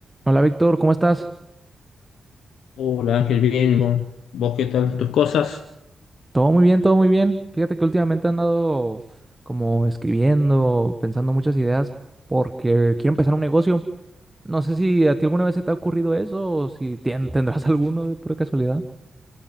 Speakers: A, on the right; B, on the left.
A: Hola Víctor, ¿cómo estás?
B: Hola Ángel, bien, ¿vo- ¿vos qué tal? ¿Tus cosas?
A: Todo muy bien, todo muy bien. Fíjate que últimamente he andado como escribiendo, pensando muchas ideas porque quiero empezar un negocio. No sé si a ti alguna vez se te ha ocurrido eso o si tien- tendrás <laughs> alguno de pura casualidad.